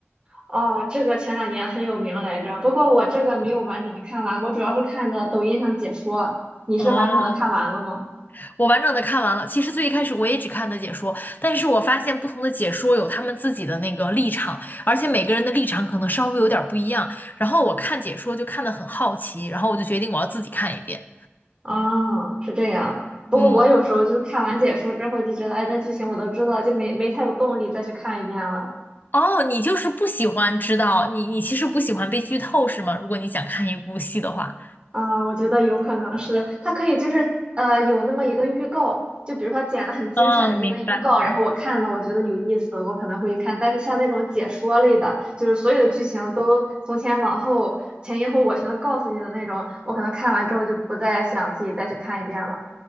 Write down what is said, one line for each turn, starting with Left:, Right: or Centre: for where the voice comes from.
Right: 哦，这个前两年很有名来着，不过我这个没有完整的看完，我主要是看的抖音上解说。你是完整的看完了吗？
Left: 哦，我完整的看完了。其实最一开始我也只看的解说，但是我发现不同的解说有他们自己的那个立场，而且每个人的立场可能稍微有点儿不一样。然后我看解说就看得很好奇，然后我就决定我要自己看一遍。
Right: 啊，是这样。不过我有时候就是看完解说之后就觉得，
Left: 嗯，
Right: 哎，这剧情我都知道，就没没太有动力再去看一遍了。
Left: 哦，你就是不喜欢知道，你你其实不喜欢被剧透是吗？如果你想看一部戏的话，
Right: 啊，我觉得有可能是它可以就是呃有那么一个预告，就比如说剪了很精彩的一个预告，
Left: 嗯，明白。
Right: 然后我看到我觉得有意思，我可能会看。但是像那种解说类的，就是所有的剧情都从前往后、前因后果全都告诉你的那种，我可能看完之后就不再想自己再去看一遍了。